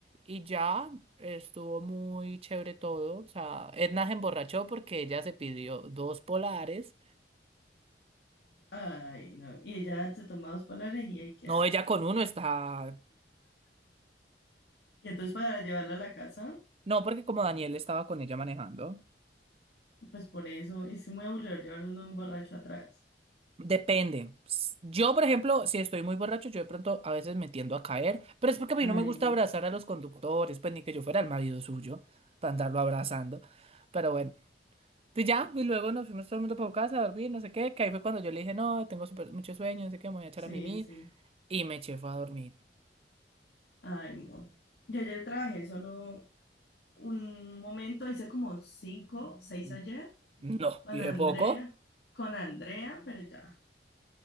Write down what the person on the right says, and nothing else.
Y ya estuvo muy chévere todo. O sea, Edna se emborrachó porque ella se pidió dos polares.
No, ella con uno está...
No, porque como Daniel estaba con ella manejando.
Depende. S- Yo, por ejemplo, si estoy muy borracho, yo de pronto a veces me tiendo a caer, pero es porque a mí no
me gusta abrazar a los conductores, pues ni que yo fuera el marido suyo para andarlo abrazando. Pero bueno, pues ya, y luego nos fuimos todo el mundo para casa a dormir, no sé qué, que ahí fue cuando yo le dije, no, tengo súper- mucho sueño, no sé qué, me voy a echar
a mimir,
y me eché fue a dormir.
Mm,
No,
y de
poco.